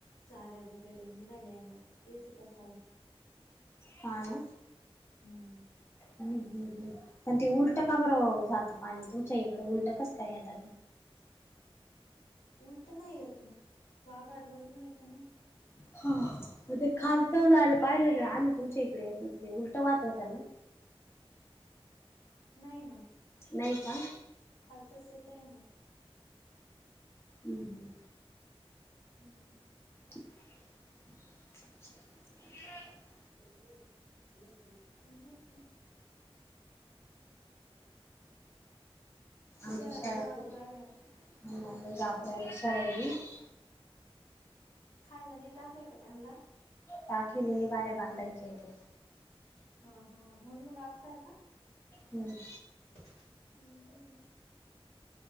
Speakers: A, on the left; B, on the left.
A: चाऱ्या वगैरे निघाल्याय मग इथ त्याच <unintelligible>
B: हा ना
A: हम्म.
B: हम्म हम्म हम्म पण ते उलट का बरं जातं पाणी तुमच्या इकडं उलट काच काय आता.
A: उलट नाही येत ना वाघाडवरून नाही येत ना.
B: ह ते खालत
A: मग
B: जायला पाहिजे आम्ही तुमच्या इकडे उलट वाहत होत्या ना.
A: नाही ना.
B: नाही का.
A: खाल तस येत आहे ना.
B: हम्म हम्म.
A: हम्म.
B: <inaudible>
A: <unintelligible>
B: आमच्या
A: शळाला
B: शाळा
A: गागुरयला
B: खूप
A: ये.
B: <unintelligible>
A: खायला नाही टाकलं काय त्यांना.
B: पाखेले बाहेर बांधायचे ते.
A: हा हा म्हणून गागताय का.
B: हम्म.
A: हम्म हम्म.